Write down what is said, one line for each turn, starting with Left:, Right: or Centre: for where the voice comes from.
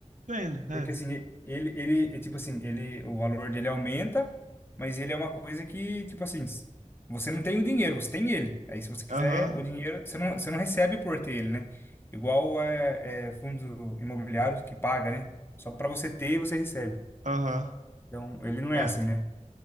Right: vendo,
Left: Porque
Right: é.
Left: assim, ele, ele, é tipo assim, ele, o valor dele aumenta, mas ele é uma coisa que, tipo assim, s- você não tem o dinheiro, você tem ele. Aí se você quiser
Right: Aham,
Left: o dinheiro, você não, você não recebe por ter ele, né? Igual é, é fundo imobiliário que paga, né? Só para você ter, você recebe.
Right: aham.
Left: Então, ele não é
Right: É.
Left: assim, né?